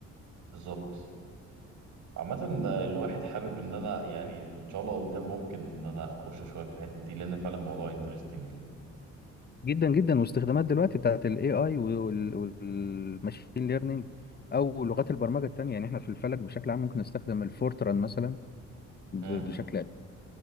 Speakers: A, on the right; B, on the left.
A: بالظبط عامة آه، الواحد حابب ان انا يعني ان شاء الله قدام ممكن ان انا اخش شوية في الحتة دي لان فعلا الموضوع انترستنج يعني
B: جدا جدا واستخدامات دلوقتي بتاعت ال AI والماشين ليرنينج أو لغات البرمجة التانية يعني احنا في الفلك بشكل عام ممكن نستخدم الفورتران مثلا ب-
A: امم
B: بشكل أساسي